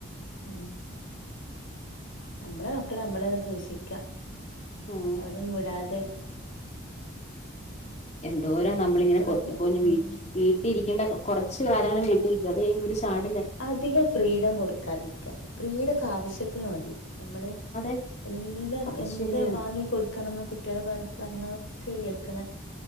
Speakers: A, on the left; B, on the left.
A: ഉം നമ്മളെ മക്കളെ നമ്മളെ സൂക്ഷിക്ക
B: ഉം
A: എവടിം വിടാതെ
B: എന്തോരാ നമ്മളിങ്ങനെ
A: ഇത്രയൊക്കെ
B: പൊത്തി പൊതിഞ്ഞ്
A: ഉം
B: വീട്ട് വീട്ടിയിരിക്കേണ്ട കുറച്ച് കാലങ്ങള്
A: ഉം
B: വീട്ടിൽരിക്കും അത് കഴിയ്മ്പൊ ഇവര് ചാടി
A: അധികം ഫ്രീഡം കൊടുക്കാതിരിക്ക ഫ്രീഡക്കെ ആവശ്യത്തിന് മതി നമ്മള്
B: അതെ
A: എല്ലാം
B: അത്
A: എന്ത്
B: ശരിയാണ്
A: വാങ്ങി കൊടുക്കണംന്ന് കുട്ടിയൾ പറ പറഞ്ഞതൊക്കെ കേൾ ക്ക്ണ്